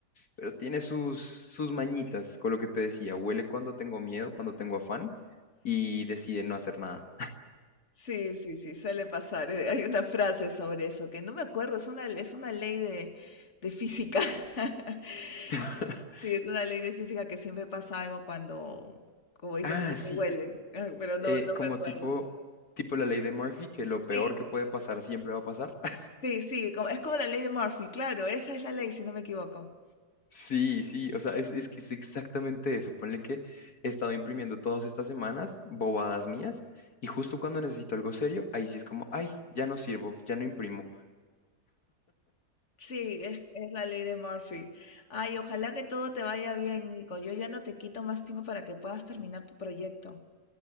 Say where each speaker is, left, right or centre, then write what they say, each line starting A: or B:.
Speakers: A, on the left; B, on the left.
A: Pero tiene sus, sus mañitas, con lo que te decía, huele cuando tengo miedo, cuando tengo afán y deciden no hacer nada.
B: Sí, sí, sí, suele pasar. Eh, Hay una frase sobre eso que no me acuerdo, es una, es una ley de, de física. <laughs>
A: <laughs>
B: Sí, es una ley de física que siempre pasa algo cuando, como dices
A: Ah,
B: tú,
A: sí,
B: te huele, ah, pero no,
A: eh,
B: no
A: como
B: me acuerdo.
A: tipo, tipo la ley de Murphy, que lo
B: Sí,
A: peor que puede pasar siempre va a pasar. <laughs>
B: sí, sí, como- es como la ley de Murphy, claro, esa es la ley, si no me equivoco.
A: Sí, sí, o sea, es, es que es exactamente eso. Ponle que he estado imprimiendo todas estas semanas bobadas mías y justo cuando necesito algo serio, ahí sí es como, ay, ya no sirvo, ya no imprimo.
B: Sí, es, es la ley de Murphy. Ay, ojalá que todo te vaya bien, Nico. Yo ya no te quito más tiempo para que puedas terminar tu proyecto.